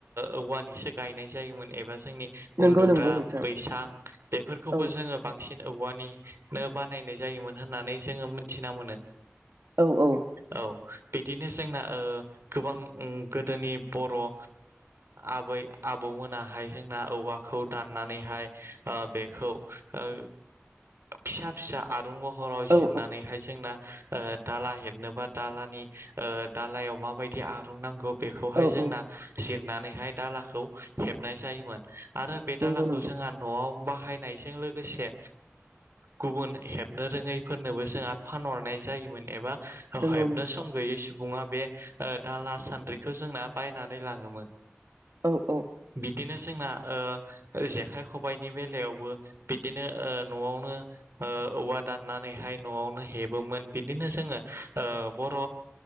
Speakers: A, on the right (about 65°); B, on the right (about 80°).
A: औवानिसो गायनाय जायोमोन एबा जोंनि
B: नंगौ
A: उन्दुग्रा
B: नंगौ नोंथां
A: बैसां बेफोरखौबो
B: औ
A: जोंङो बां बांसिन औवानिनो बानायनाय जायोमोन होननानै जोंङो मिथिना मोनो।
B: औ औ।
A: औ बिदिनो जोंना ओ गोबां गोदोनि बर' ओ आबै आबौमोनाहाय जोंना औवाखौ दाननानैहाय बेखो खौ फिसा फिसा आरुं महराव जिरनानैहाय
B: औ
A: जोंना दाला हेबनोबा दालानि दालायाव माबायदि आरुं नांगौ बेखौहाय
B: औ
A: जोंना
B: औ
A: जिरनानैहाय दालाखौ हेबनाय जायोमोन। आरो बे
B: नंगौ
A: दालाखौ
B: नंगौ
A: जोंहा नआव बाहायनायजों लोगोसे गुबुन हेबनो रोङैफोरनोबो जोंहा फानहरनाय जायोमोन एबा
B: नंगौ
A: हेबनो
B: नंगौ
A: सम गैयै सुबुंआ बे दा ला सान्द्रिखौ जोंना बाय नानै लांङोमोन।
B: औ औ।
A: बिदिनो जोंना जेखाइ खबाइनि बेलायावबो बिदिनो नआवनो औवा दाननानैहाय नआवनो हेबोमोन बिदिनो जोंङो ओ बर